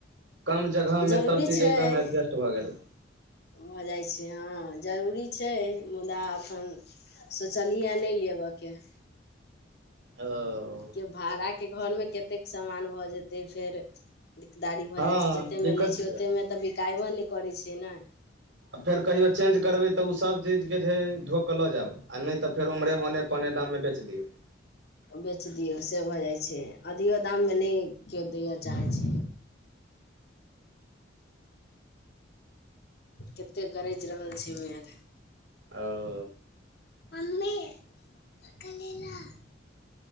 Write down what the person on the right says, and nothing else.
कम जगह
मे सभ
चीज एकदम एडजस्ट भए गेल
ओ।
हँ
दिक्कत
आ फेर कहियौ चेज करबै तऽ ओसभ चीजके जे छै धढो कऽ लऽ जाउ आओर नहि तऽ फेर ओमहे ओने पने दामे बेचि दियौ
आ।